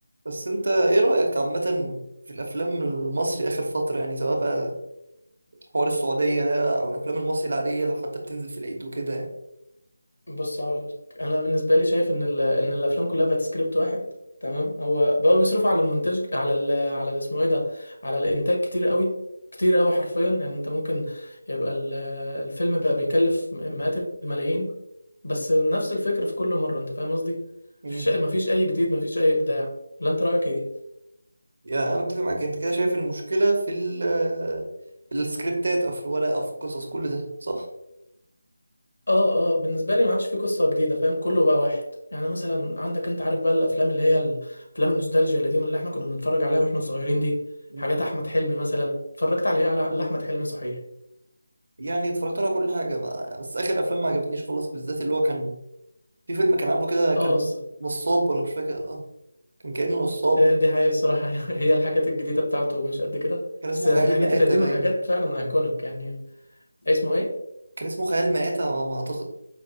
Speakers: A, on the right; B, on the left.
A: بس انت ايه رأيك عامة في الافلام المصري اخر فترة يعني سواء بقى حوار السعودية ده او الافلام المصري العادية اللي حتى بتنزل في العيد وكده يعني
B: بص هقولك انا بالنسبه لي شايف ان ال... ان الافلام كلها بقت سكريبت واحد تمام هو بقوا بيصرفوا على المونتاج على ال... على ال- اسمه ايه ده على الانتاج كتير قوي كتير قوي حرفيا يعني انت ممكن يبقى ال... الفيلم بقى بيكلف مئات الملايين بس نفس الفكره في كل مره انت فاهم قصدي
A: امم
B: مفيش مفيش اي جديد مفيش اي ابداع لا انت رايك ايه
A: يعني انا متفق معاك انت كده شايف المشكلة في ال في السكريبتات او في الورق او في القصص كل ده صح؟
B: اه اه بالنسبه لي ما عادش في قصه جديده فاهم كله بقى واحد يعني مثلا عندك انت عارف بقى الافلام اللي هي ال- افلام النوستالجيا القديمه اللي احنا كنا بنتفرج عليها واحنا صغيرين دي
A: مم.
B: حاجات احمد حلمي مثلا اتفرجت على ايه لاحمد حلمي صحيح
A: يعني اتفرجت على كل حاجة بقى. بس اخر افلام ما عجبنيش خالص بالذات اللي هو كان في فيلم كان عامله كده كان
B: اه ص-
A: نصاب ولا مش فاكر اه كان كأنه نصاب
B: آه، دي حقيقة الصراحة <laughs> هي الحاجات الجديدة بتاعته مش قد كده
A: كان اسمه
B: بس يعني
A: خيال
B: الحاجات
A: مآتة
B: القديمة
A: باين
B: حاجات فعلا ايكونيك يعني اسمه ايه؟
A: كان اسمه خيال مآتة على ما اعتقد